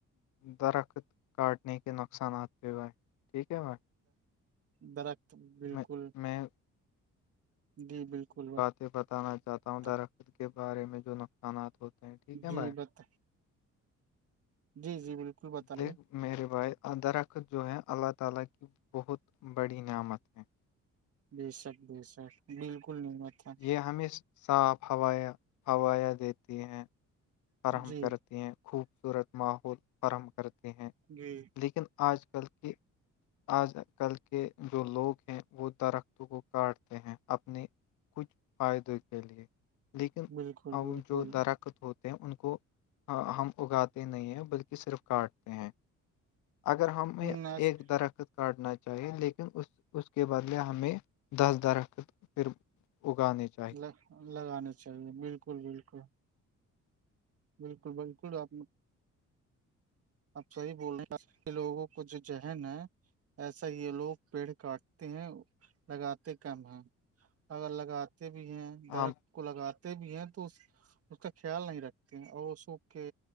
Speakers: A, on the left (about 75°); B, on the right (about 50°).
A: درخت کاٹنے کے نقصانات پہ ہو ہے ٹھیک ہے بھائی
B: درخت بالکل
A: میں میں
B: جی بالکل
A: سے بتانا چاہتا
B: بتا
A: ہوں درخت کے بارے میں جو نقصانات ہوتے ہیں ٹھیک ہے
B: جی
A: بھائی
B: بتا جی جی بالکل بتائیے
A: دیکھ میرے بھائی اندر رکھ جو ہے اللہ تعالی بہت بڑی نعمت ہیں
B: بے شک بے شک بالکل نہیں تھا
A: یہ ہمیں صاف ہوائیاں ہوائیاں دیتی ہیں فراہم
B: جی
A: کرتی ہیں خوبصورت ماحول فراہم کرتے ہیں
B: جی
A: لیکن آج کل کی آج کل کے جو لوگ ہیں وہ درختوں کو کاٹتے ہیں اپنی کچھ فائدے کے لئے لیکن
B: بالکل
A: اب
B: بالکل
A: جو درخت ہوتے ہیں ان کو ہم اگاتے نہیں ہیں بلکہ صرف کاٹتے ہیں اگر ہمیں
B: ناچ
A: ایک درخت کاٹنا چاہیے لیکن اس اس کے بدلے ہمیں دس درخت پھر اگانے ج
B: ل لگانے چاہیے بالکل بالکل بالکل بالکل آپ اب سحیح بول رہے لوگوں کو جو ذہن ہے ایسا یہ لوگ پیڑ کاٹتے ہیں لگاتے کم ہیں اگر لگاتے بھی ہیں
A: ہاں
B: درخت کو لگاتے بھی ہیں تو اس اس کا خیال نہیں رکھتے ہیں اور وہ سوکھ کے